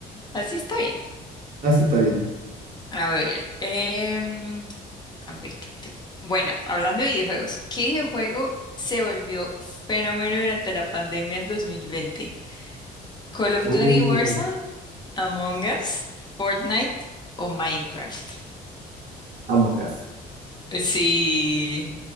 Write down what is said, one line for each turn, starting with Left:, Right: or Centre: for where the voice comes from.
Left: Así está bien.
Right: Así está bien.
Left: A ver, em, A ver, ¿qué te cu- Bueno, hablando de videojuegos, ¿qué videojuego se volvió fenómeno durante la pandemia en 2020? ¿Call of
Right: Oh.
Left: Duty Warzone, Among Us, Fortnite o Minecraft?
Right: Among Us.
Left: Eh, Sí,